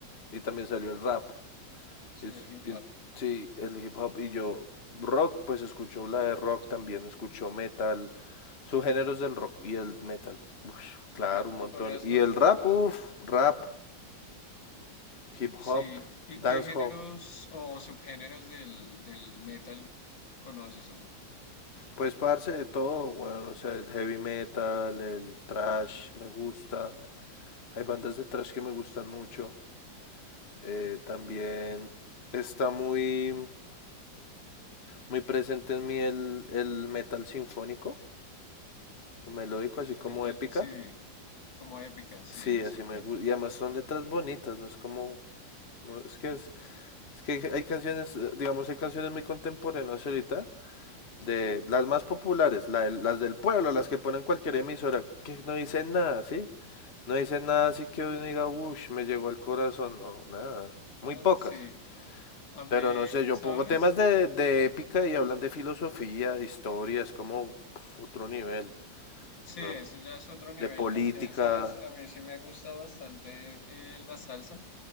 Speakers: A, on the left; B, on the left.
A: y también salió el rap. Y,
B: Sí, el hip
A: y-
B: hop.
A: sí, el hip hop. Y yo, rock, pues escucho la de rock también, escucho metal, subgéneros del rock y el metal. Uf, claro,
B: ¿Me,
A: un
B: me
A: montón.
B: podrías,
A: Y
B: co-
A: el rap,
B: o, o,
A: uff, rap, hip hop,
B: sí, ¿y
A: dancehall.
B: qué géneros o subgéneros del, del metal conoces? O
A: Pues parce de todo, bueno, o sea, el heavy metal, el thrash me gusta. Hay bandas de thrash que me gustan mucho. Eh, también está muy, muy presente en mí el, el metal sinfónico, melódico, así
B: el
A: como
B: metal,
A: épica.
B: sí, como épica, sí,
A: Sí, así
B: súper.
A: me gusta. Y además son letras bonitas, no es como... no, es que es, es que hay canciones, eh, digamos, hay canciones muy contemporáneas ahorita de las más populares, la las del pueblo, las que ponen cualquier emisora, que no dicen nada, ¿sí? No dicen nada así que uno diga, uff, me llegó al corazón, no, nada, muy
B: <laughs>
A: pocas.
B: Sí, a mí,
A: Pero no sé, yo
B: ¿sabes?
A: pongo temas de, de épica y hablan de filosofía, de historia, es como pues, otro nivel,
B: Sí,
A: ¿no?
B: eso ya es otro nivel,
A: De política,
B: aunque, ¿sabes? A mí sí me gusta bastante eh, la salsa.